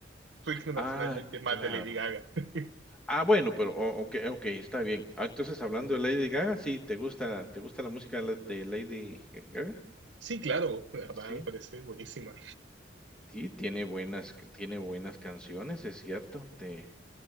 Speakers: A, on the right; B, in the centre.
A: internacionalmente
B: Ah,
A: más
B: claro.
A: de Lady Gaga. <laughs>
B: Ah, bueno, pero o okey okey, está bien. Ah, entonces, hablando de Lady Gaga, sí, ¿te gusta te gusta la música de la de Lady Gaga?
A: Sí, claro, la verdad
B: Sí,
A: me parece buenísima.
B: sí, tiene buenas c tiene buenas canciones, es cierto, te